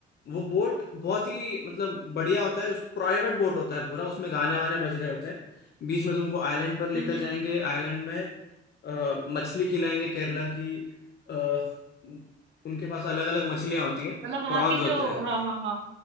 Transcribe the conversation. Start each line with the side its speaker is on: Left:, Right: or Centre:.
Left: वो बोट बहुत ही मतलब बढ़िया होता है उस प्राइवेट बोट होता है पूरा उसमें गाने वाने बज रहे होते हैं बीच में तुमको आइलैंड पर लेकर
Right: हम्म हम्म,
Left: जाएंगे आइलैंड में अ, मछली खिलाएंगे केरला की अ, उनके पास अलग अलग मछलियाँ होती है
Right: मतलब वहाँ
Left: प्रॉन्स
Right: की
Left: होते
Right: जो
Left: हैं
Right: हाँ हाँ हाँ